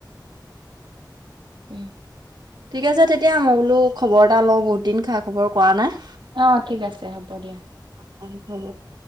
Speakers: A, on the right (about 85°); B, on the right (about 65°).
A: <inaudible>
B: ঠিক আছে তেতিয়া মই বোলো খবৰ এটা লওঁ বহুত দিন খা খবৰ কৰা নাই।
A: অঁ, ঠিক আছে হ'ব দিয়া!
B: হয় <unintelligible>